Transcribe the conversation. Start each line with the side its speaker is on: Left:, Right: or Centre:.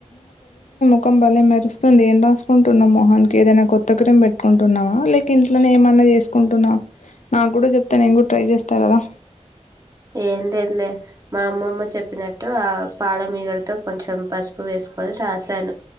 Left: మొకంబలే మెరుస్తుంది ఏం రాసుకుంటున్నావ్ మోహని కి ఏదైనా కొత్త క్రీమ్ పెట్టుకుంటున్నావా లేక ఇంట్లోనే ఏమన్నా చేసుకుంటున్నా నాకు కూడా చెప్తే నెన్ కూడా ట్రై చేస్తా కదా
Right: ఏం లేదులే మా అమ్మమ్మ చెప్పినట్టు అ పాలమగడతో కొంచెం పసుపు వేస్ పల్ రాశాను